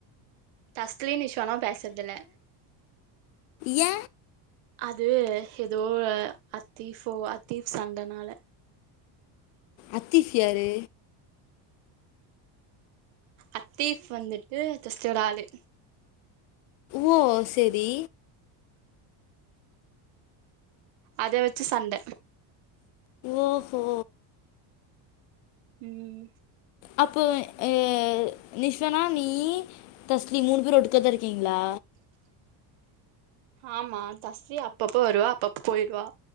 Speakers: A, on the right; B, on the left.
A: தஸ்லின்‌ இஷ் னாவ் பேசறுதில்ல
B: ஏ
A: அது எதோ அத்தீஃபோ அத்தீஃப் சண்டனால
B: அத்தீஃபி யாரு
A: அத்தீஃப் வந்துட்டு தஸ்லியொட ஆளு
B: ஓ செரி
A: அத வெச்சு சண்ட
B: ஓஹோ
A: உம்
B: அப்பொ எ நிஸ்வானா நீயி தஸ்லி மூணு பேரு ஒடுத்தர்தா இருக்கீங்ளா
A: ஆமா தஸ்லி அப்பப்போ வருவா அப்பப்ப போய்ருவா